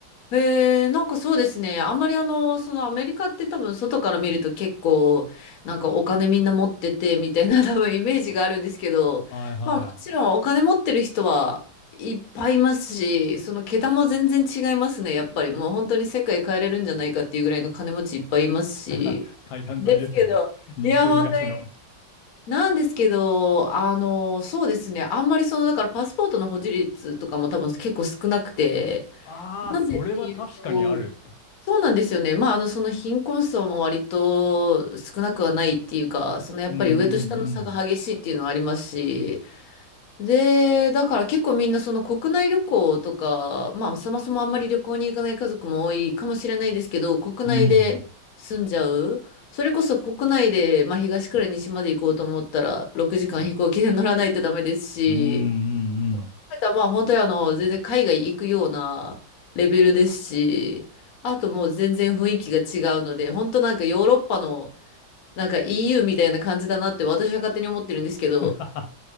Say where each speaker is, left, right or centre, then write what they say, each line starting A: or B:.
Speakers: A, on the left; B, on the left.
A: えー、なんかそうですね。あんまりあの、そのアメリカって多分外から見ると結構、なんかお金みんな持っててみたいな <laughs> 多分イメージがあるんですけど、
B: いはい。
A: まあもちろんお金持ってる人はいっぱいいますし、その桁も全然違いますね。やっぱりもう本当に世界変えれるんじゃないかっていうぐらいの金持ちいっぱいいますし。
B: <laughs> 海岸沿いですよね。
A: ですけど、
B: 西と東の。
A: いや、本当に。なんですけど、あの、そうですね。あんまりその、だからパスポートの保持率とかも多分結構少なくて、
B: ああ、
A: なんでっていうと、
B: それは確かにある。
A: そうなんですよね。まあ、あの、その貧困層も割と少なくはないっていうか、そのやっぱり上と下の差が激しいっていうのはありますし、
B: うんうん
A: で、だから結構みんなその国内旅行とか、まあ、そもそもあんまり旅行に行かない家族も多いかもしれないですけど、国内で住んじゃう。
B: うん。うん。
A: それこそ国内で、まあ、東から西まで行こうと思ったら、6時間飛行機で乗らないとダメですし、
B: うんうんうん。
A: たまあ本当にあの、全然海外行くようなレベルですし、あともう全然雰囲気が違うので、本当なんかヨーロッパのなんか EU みたいな感じだなって私は勝手に思ってるんですけど、
B: <laughs> ははは